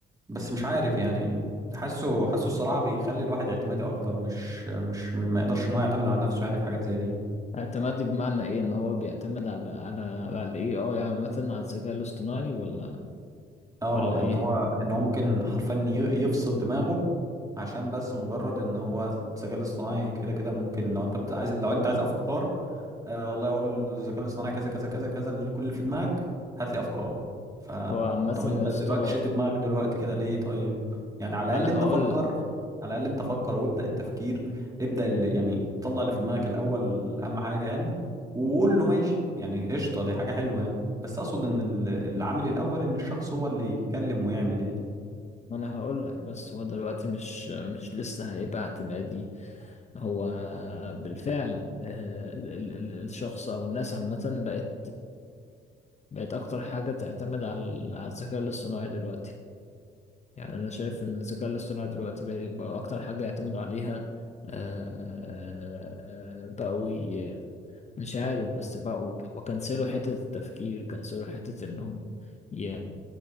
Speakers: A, on the right; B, on the left.
A: بس مش عارف يعني حاسه حاسه الصراحة بيخلي الواحد اعتمادي اكتر مش مش ما يقدرش ان هو يعتمد على نفسه يعني في حاجات زي دي
B: اعتمادي بمعنى ايه ان هو بيعتمد على على على الاي اي عامة على الذكاء الاصطناعي ولا
A: اه
B: ولا ايه
A: ان هو ان هو ممكن حرفيا ي- يفصل دماغه عشان بس مجرد ان هو الذكاء الاصطناعي كده كده ممكن لو انت بت- عايز لو انت عايز افكار آه والله اقول للذكاء الاصطناعي كذا كذا كذا كذا كل اللي في دماغك هات لي افكار ف
B: هو عامة
A: طب
B: يا
A: انت
B: اسطى
A: دلوقتي شلت دماغك دلوقتي كده ليه طيب يعني على
B: ما
A: الاقل
B: انا
A: انت
B: هقول
A: فكر
B: لك
A: على الاقل انت فكر وابدا التفكير ابدا اللي يعني طلع اللي في دماغك الاول اهم حاجه يعني وقول له ماشي يعني قشطه دي حاجه حلوه يعني بس اقصد ان ال- العامل الاول ان الشخص هو اللي يتكلم ويعمل يعني
B: ما انا هقول لك بس هو دلوقتي مش مش لسه هيبقى اعتمادي هو بالفعل آه، ال- ال- ال- الشخص او الناس عامة بقت بقت اكتر حاجة تعتمد على ال- على الذكاء الاصطناعي دلوقتي يعني أنا شايف إن الذكاء الاصطناعي دلوقتي بقى بقى أكتر حاجة يعتمد عليها آه، بقوا ي- مش عارف بس بقوا وكنسلوا حتة التفكير كنسلوا حتة إنهم ي-